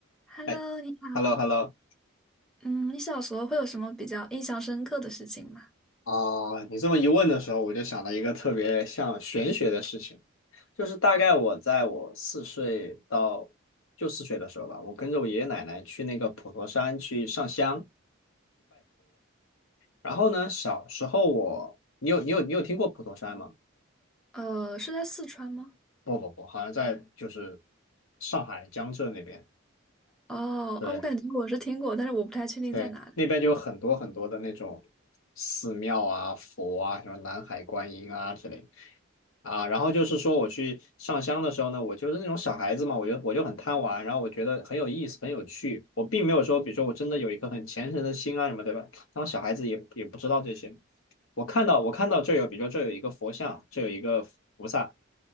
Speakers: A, in the centre; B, on the left (about 80°).
A: Hello，
B: 哎
A: 你好。
B: h e l l o h e l l o
A: 嗯，你小时候会有什么比较印象深刻的事情吗？
B: 啊，你这么一问的时候，我就想到一个特别像玄学的事情，就是大概我在我四岁到就四岁的时候吧，我跟着我爷爷奶奶去那个普陀山去上香。然后呢，小时候我，你有你有你有听过普陀山吗？
A: 呃，是在四川吗？
B: 不不不，好像在就是上海江浙那边。
A: 哦，
B: 对，
A: 哦，我感觉我是听过，但是我不太确定在哪里。
B: 对，那边就有很多很多的那种寺庙啊、佛啊，什么南海观音啊之类的啊。然后就是说，我去上香的时候呢，我就是那种小孩子嘛，我就我就很贪玩，然后我觉得很有意思、很有趣。我并没有说，比如说我真的有一颗很虔诚的心啊什么，对吧？当小孩子也也不知道这些。我看到我看到这有，比如说这有一个佛像，这有一个菩萨，